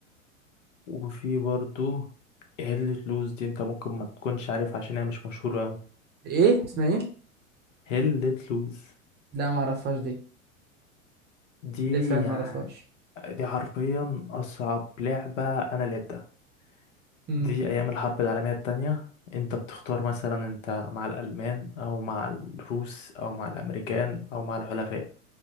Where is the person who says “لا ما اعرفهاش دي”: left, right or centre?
Right